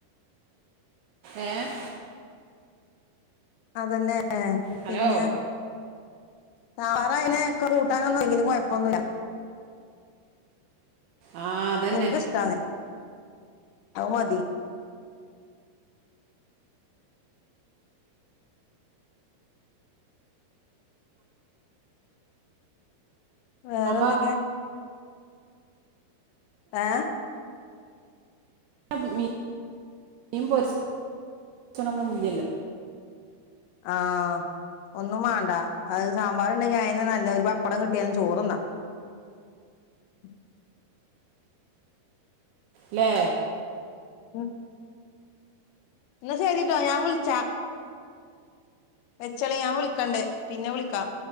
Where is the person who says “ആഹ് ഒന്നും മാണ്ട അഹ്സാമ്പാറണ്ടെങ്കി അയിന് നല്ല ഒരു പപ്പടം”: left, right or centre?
Left